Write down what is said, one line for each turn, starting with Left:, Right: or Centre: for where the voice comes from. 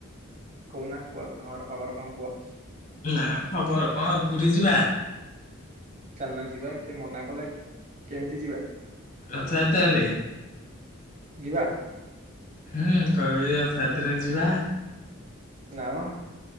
Right: କହୁନା କୁହ ତୁମର ଖବର କଣ କୁହ
Left: ନା ଖବର କଣ ପୁରୀ ଯିବା
Right: ଚାଲୁନା ଯିବା କିଏ ମନା କଲା କି କେମିତି ଯିବା?
Left: ରଥଯାତ୍ରାରେ
Right: ଯିବା
Left: ହୁଁ କହି ରଥଯାତ୍ରାରେ ଯିବା
Right: ନାଆମ